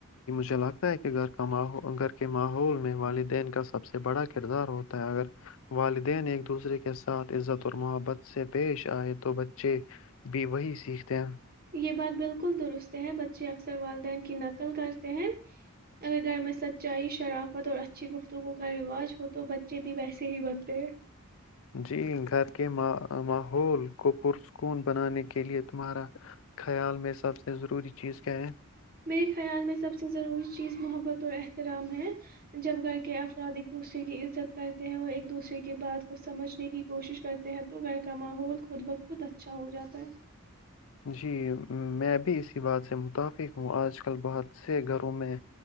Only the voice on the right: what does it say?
یہ بات بالکل درست ہے بچے اکثر والدین کی نقل کرتے ہیں اگر گھر میں سچائی شرافت اور اچھی گفتگو کا رواج ہو تو بچے بھی ویسے ہی بنتے ہیں
میرے خیال میں سب سے ضروری چیز محبت ال احترام ہے جب گھر کے افراد ایک دوسرے رے کی عزت کرتے ہیں اور ایک دوسرے کی بات کو سمجھنے کی کوشش کرتے ہیں تو گھر کا ماحول خود بخود اچھا ہو جاتا ہے